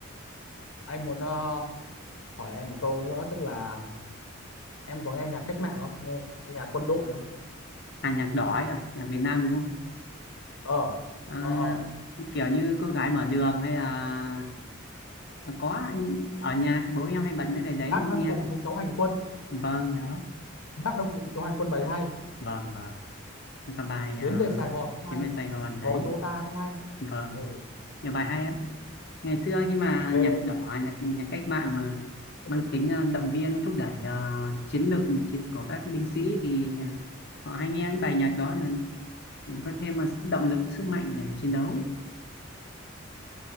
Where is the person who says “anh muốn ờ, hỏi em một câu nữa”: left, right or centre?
Left